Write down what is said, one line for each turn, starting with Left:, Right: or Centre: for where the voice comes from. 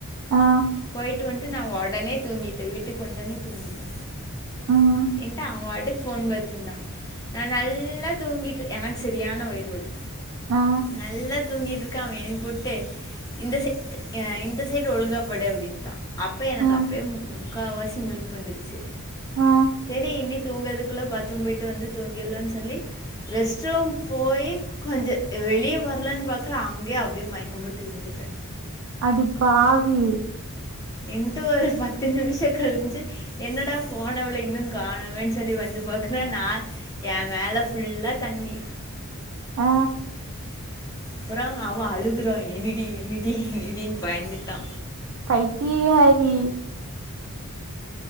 Right: ஆ
Left: போயிட்டு வண்ட்டு நா ஒடனே தூங்கிட்டே வீட்டுக்கு வந்தொடனே தூங்கிட்டே
Right: ம்
Left: என்ட அவ அடு ஃபோன் பாத்துருந்தா நா நல்லா தூங்கிட்டு எனக்கு செரியான வயிறு வலி
Right: ஆ
Left: நல்லத் தூங்கிட்டுருக்கா அவ எழிப்புட்டு இந்த சை அ இந்த சைட் ஒழுங்காப்படு அப்டின்னுடா அப்பயே எனக்கு
Right: ஆ
Left: அப்பயே மு முக்காவாசி முழிப்புவந்துருச்சு
Right: ஆ
Left: சேரி இனி தூங்கதுக்குள்ள பாத்ரூம் போயிட்டு வந்து தூங்கிர்லான் சொல்லி ரெஸ்ட் ரூம் போய் கொஞ்சோ வெளியே வரலான் பாக்கற அங்கே அப்படியே மயக்கம்போட்டு விழுந்துட்டே
Right: அடிப்பாவி
Left: என்ட ஒரு பத்து நிமிஷோ கழின்சி என்னடா போனவள இன்னு காணமேன் சொல்லி வந்து பாக்குறா நா ஏ மேலே ஃபுல்லா தண்ணி
Right: ஆ
Left: அப்புறோ அவ அழுகுறா என்னடி என்னடி என்னடீன் பயந்துட்டா
Right: பைத்தியகாரி